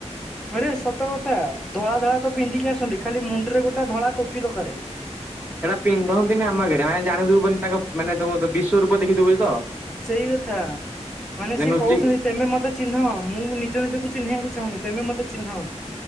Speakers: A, in the centre; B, on the right.
A: ହଁ ରେ ସତ କଥା ଧଳା ଧଳା ତ ପିନ୍ଧିକି ଆସନ୍ତି। ଖାଲି ମୁଣ୍ଡରେ ଗୋଟେ ଧଳା ଟୋପି ଦକାରେ।
B: ସେଇଟା ପିନ୍ଧନ୍ତିନି ଆମ ଆଗରେ ଆମେ ଜାଣିିଦବୁ ବୋଲି ତାଙ୍କ ମାନେ ତାକୁ ବିଶ୍ୱରୂପ ଦେଖିଦବୁ ବୋଲି ତ
A: ସେଇ କଥା ମାନେ ସିଏ
B: ନୁଚିକି
A: କହୁସନ୍ତି ତେମେ ମତେ ଚିହ୍ନ, ମୁଁ ନିଜ ନିଜକୁ ଚିହ୍ନିବାକୁ ଚାହୁଁନି ତେମେ ମତେ ଚିହ୍ନ।